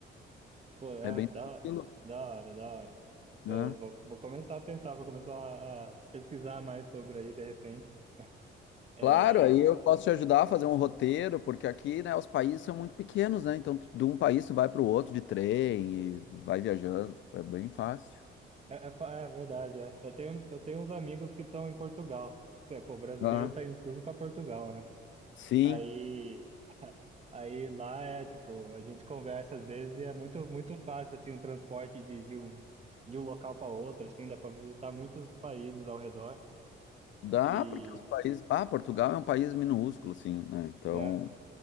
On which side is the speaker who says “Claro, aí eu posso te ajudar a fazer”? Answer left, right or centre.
Left